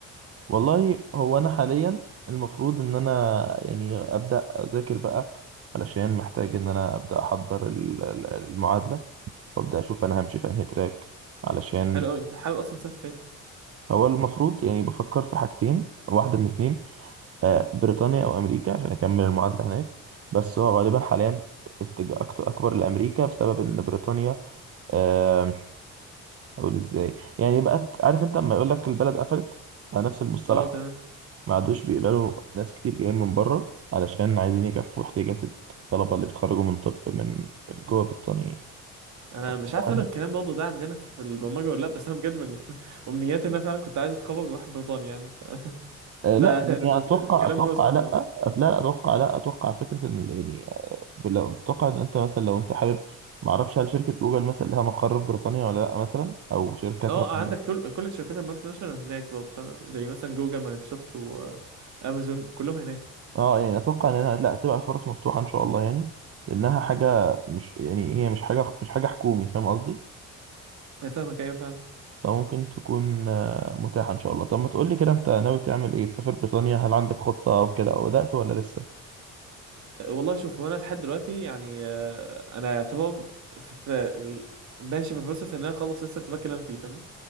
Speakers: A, on the right; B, on the right.
A: والله هو انا حاليا المفروض ان انا يعني ابدا اذاكر بقى علشان محتاج ان انا ابدا احضر ال- ال- المعادلة وابدا اشوف انا همشي في انهي تراك علشان
B: حلو قوي انت حابب اصلا تسافر فين
A: هو المفروض يعني بفكر في حاجتين واحدة من اتنين آه، بريطانيا او امريكا عشان اكمل المعادله هناك بس هو غالبا حاليا اتجاه أكت- اكبر لامريكا بسبب ان بريطانيا آم، اقول ازاي يعني بقت عارف انت لما يقول لك البلد قفلت نفس المصطلح
B: اه تمام
A: ما عادوش بيقبلوا ناس كتير جايين من بره علشان عايزين يكفوا احتياجات الطلبه اللي بيتخرجوا من طب من من جوه بريطانيا يعني.
B: انا
A: طب
B: مش عارف
A: طبعاً،
B: هل الكلام برضه ده عندنا في البرمجة ولا لا بس انا بجد من <laughs> امنياتي ان انا فعلا كنت عايز اتخرج واروح بريطانيا يعني ف...
A: آه،
B: ده
A: لا يعني
B: <laughs>
A: اتوقع
B: كلام
A: اتوقع
B: موسم
A: لا
B: صح
A: أت- لا لا، اتوقع لا اتوقع فكره ان يعني لو بتوقع ان انت مثلا لو انت حابب ما اعرفش هل شركه جوجل مثلا لها مقر في بريطانيا ولا لا مثلا او شركات
B: اه
A: مثلا
B: عندك كل كل الشركات المالتي ناشونال هناك برضه فاهم زي مثلا جوجل مايكروسوفت وامازون كلهم هناك
A: اه يعني اتوقع انها لا تبقى فرص مفتوحه ان شاء الله يعني لانها حاجه مش يعني هي مش حاجه مش حاجه حكومي فاهم قصدي
B: أنا فاهمك ايوه فاهم
A: فممكن تكون آه، متاحه ان شاء الله طب ما تقول لي كده انت ناوي تعمل ايه تسافر بريطانيا هل عندك خطه او كده او بدات ولا لسه
B: والله شوف هو انا لحد دلوقتي يعني آه، انا يعتبر في في- ماشي في بروسس ان انا اخلص لسه التراك اللي انا فيه فاهمني